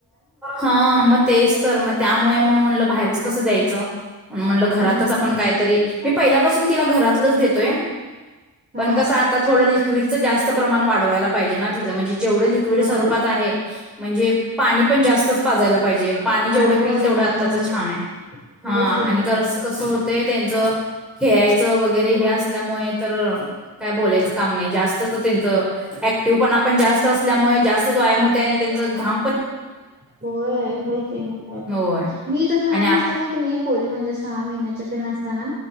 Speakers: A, in the centre; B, on the right.
A: हा मग तेच तर मग त्यामुळे मग म्हटलं बाहेरच कसं द्यायचं म्हणलं घरातच
B: हम्म
A: आपण काहीतरी मी पहिल्यापासून तिला घरात लच देतोय
B: हा
A: पण कसं आता थोडं <inaudible> <unintelligible> प्रमाण वाडवायला पाहिजे ना तिज म्हणजे जेवढे लिक्विड
B: होय
A: स्वरूपात आहे म्हणजे पाणी पण जास्तच पाजायला पाहिजे पाणी
B: होय
A: जेवढं
B: होय
A: पिल तेवढं
B: उन्हामुळं
A: आत्ताचं छान आहे हा
B: होय की होय
A: आणि कसं हो ते त्यांचं खेळायचं वगैरे ह ल्यामुळे तर काय बोलायचं का नाही जास्त त्यांच क्टिव पणण जास्त असल्यामुळे जास्त व्यायाम हो आणि त्यांच गा
B: होय होयच मग काय तर
A: होय
B: मी तर लहान
A: आणि आप
B: असताना की नाही पोरी म्हझ्या सहा महिन्याच्या ते नसताना